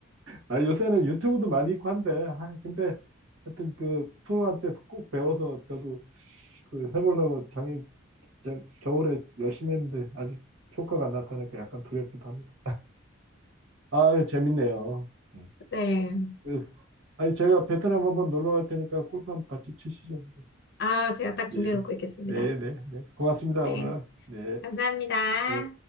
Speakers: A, on the right; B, on the left.
A: 아 요새는 유튜브도 많이 있고 한데 아 근데 하여튼 그 프로한테 꼭 배워서 저도 그 해보려고 작년 저- 겨울에 열심히 했는데 아직 효과가 안 나타나니까 약간 두렵기도 합니다. 아 재밌네요. 음.
B: 네.
A: 그, 아니 제가 베트남 한번 놀러 갈 테니까 골프 한번 같이 치시죠.
B: 아, 제가 딱 준비해놓고
A: 예.
B: 있겠습니다.
A: 네, 네, 네. 고맙습니다
B: 네.
A: 오늘. 네.
B: 감사합니다.
A: 네.